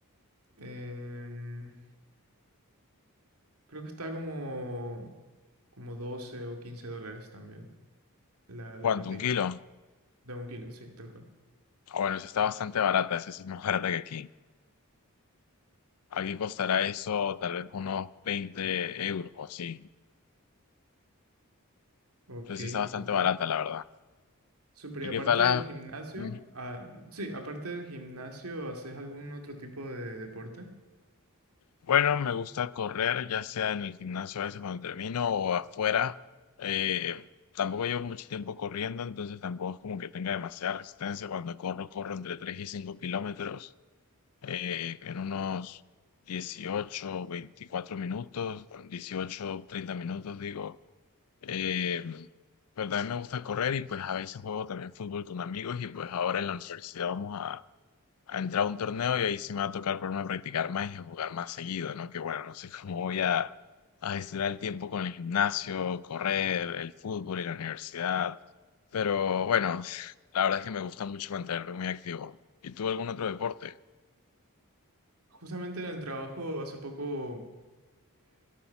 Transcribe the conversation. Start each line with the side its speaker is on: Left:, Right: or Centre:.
Right: em, creo que está como, como 12 o 15 dólares también la, la
Left: ¿Cuánto?
Right: proteína
Left: ¿Un kilo?
Right: de un kilo, sí, tal cual.
Left: Ah, bueno, esa está bastante barata. Esa sí es más barata que aquí. Aquí costará eso tal vez unos veinte euros o así.
Right: Ok,
Left: Entonces sí está bastante
Right: súper.
Left: barata, la verdad.
Right: Súper,
Left: ¿Y
Right: y aparte
Left: qué tal la...?
Right: del gimnasio,
Left: Mm,
Right: ah, sí, aparte del gimnasio, ¿haces algún otro tipo de deporte?
Left: Bueno, me gusta correr, ya sea en el gimnasio a veces cuando termino o afuera. Eh, tampoco llevo mucho tiempo corriendo, entonces tampoco es como que tenga demasiada resistencia. Cuando corro, corro entre 3 y 5 kilómetros. eh, en unos 18, 24 minutos, 18 30 minutos, digo. Eh, pero también me gusta correr y pues a veces juego también fútbol con amigos y pues ahora en la universidad vamos a, a entrar a un torneo y ahí sí me va a tocar ponerme a practicar más y a jugar más seguido, ¿no? Que bueno, no sé cómo voy a, a gestionar el tiempo con el gimnasio, correr, el fútbol y la universidad. Pero bueno, la verdad es que me gusta mucho mantenerme muy activo. ¿Y tú algún otro deporte?
Right: Justamente en el trabajo hace poco